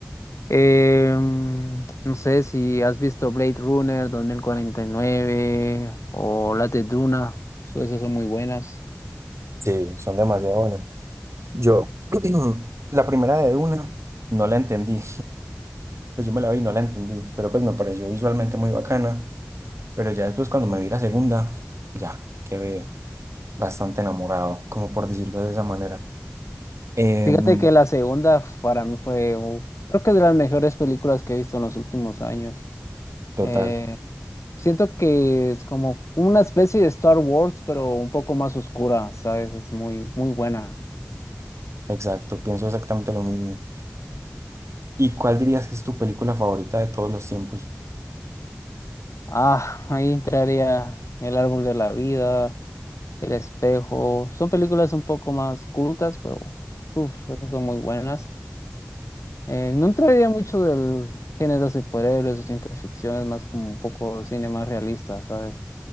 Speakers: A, on the left; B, on the right.
A: Em, no sé si has visto Blade Runner 2049 o las de Duna, so- esas son muy buenas.
B: Sí, son demasiado buenas. Yo, <clears throat> la primera de Duna, no la entendí. Pues yo me la vi y no la entendí, pero pues me pareció visualmente muy bacana. Pero ya después cuando me vi la segunda, ya quedé bastante enamorado, como por decirlo de esa manera. Em,
A: Fíjate que la segunda para mí fue, uh, creo que es de las mejores películas que he visto en los últimos años.
B: total,
A: Eh, siento que es como una especie de Star Wars, pero un poco más oscura, ¿sabes? Es muy, muy buena.
B: exacto, pienso exactamente lo mismo. ¿Y cuál dirías que es tu película favorita de todos los tiempos?
A: Ah, ahí entraría El Árbol de la Vida, El Espejo. Son películas un poco más cultas, pero uf, esas son muy buenas. Eh, no entraría mucho del género de superhéroes o ciencia ficción, es más como un poco cine más realista, ¿sabes?